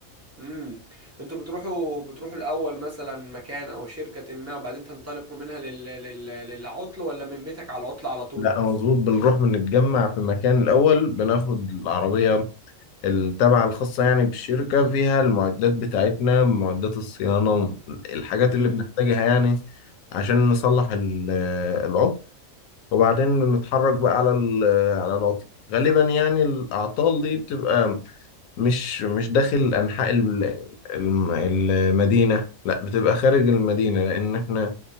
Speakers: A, on the right; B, on the left.
A: امم انتوا بتروحوا بتروحوا الاول مثلا مكان او شركة ما وبعدين تنطلقوا منها لل... لل... للعطل ولا من بيتك على العطل على طول
B: لا مظبوط بنروح بنتجمع في مكان الأول بناخد العربية التابعة الخاصة يعني بالشركة فيها المعدات بتاعتنا معدات الصيانة الحاجات
A: امم
B: اللي بنحتاجها يعني عشان نصلح ال- العطل وبعدين نتحرك بقى على ال- على العطل غالبا يعني الأعطال دي بتبقى مش مش داخل أنحاء ال- الم- المدينة لا بتبقى خارج المدينة لأن احنا